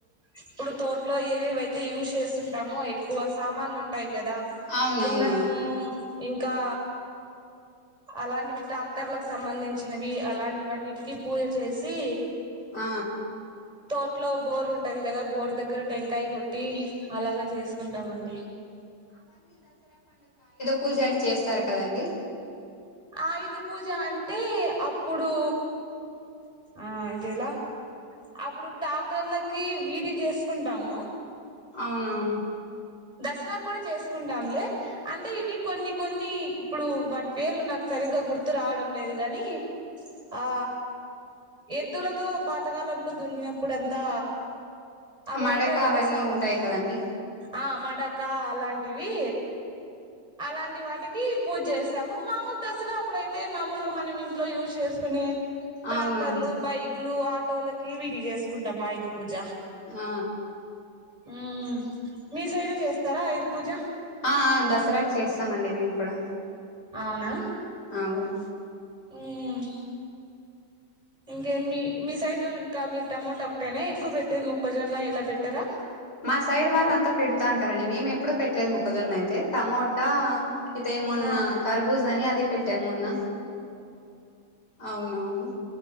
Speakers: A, on the right; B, on the left.
A: ఇప్పుడు తోటలో ఏవెవైతే యూజ్ చేస్తుంటామో ఎక్కువ సామాన్లు ఉంటయి కద
B: అవునవునవును
A: దున్నడము ఇంకా అలాంటివి ట్రాక్టర్లకు సంబంధించినవి అలాంటి వన్నిటికి పూజ చేసి
B: ఆ
A: తోట్లో బోర్ ఉంటది కదా బోర్ దగ్గర టెంకాయ కొట్టి అలాగ చేసుకుంటమండి.
B: పూజని చేస్తారు కదండీ
A: ఆయుధ పూజ అంటె అప్పుడూ ఆ ఇదెలా అప్పుడు టాక్టర్లకి వీడి చేసుకుంటము
B: అవునవును
A: దసరా కు కూడా చేసుకుంటాంలె అంటె ఇవి కొన్ని కొన్ని ఇప్పుడు వాటి పేర్లు నాకు సరిగ సరిగ్గ గుర్తు రావడం లేదు కాగాని ఆ ఎద్దులతో పాతకాలంలో దున్నినప్పుడంతా అవి
B: మడక
A: ఉంటాయి గదా
B: అవన్నీ
A: సామాన్లు
B: ఉంటాయి కదండి
A: ఆ మడక అలాంటివి అలాంటి వాటికి పూజ జేస్తాము మామూలు దసరా అప్పుడైతే మామూలుగా మనం ఇంట్లో యూజ్ చేస్ కొనే ట్రాక్టర్లు
B: అవునవును
A: బైక్లు ఆటోలకి వీటి చేసుకుంటాం ఆయుధ్ పూజ
B: ఆ
A: ఉమ్ మీ సైడు చేస్తారా ఆయుధ పూజ
B: ఆ ఆ దసరాకు చేస్తామండి మేము కూడా
A: అవునా
B: అవును
A: ఉమ్ ఇంకే మీ మీ సైడ్ ఇంకా మీ టమాటా ఒకటైనా ఎక్కువ పెట్టేది మొక్కజొన్న ఇలా పెట్టరా
B: మా సైడ్ వాళ్ళంతా పెడతా అంటారండి మేము ఎప్పుడు పెట్టలేదు మొక్కజొన్న అయితే టమోటా అయితే మొన్న
A: ఆ
B: కర్బూజ అని అది పెట్టా మొన్న అవునవును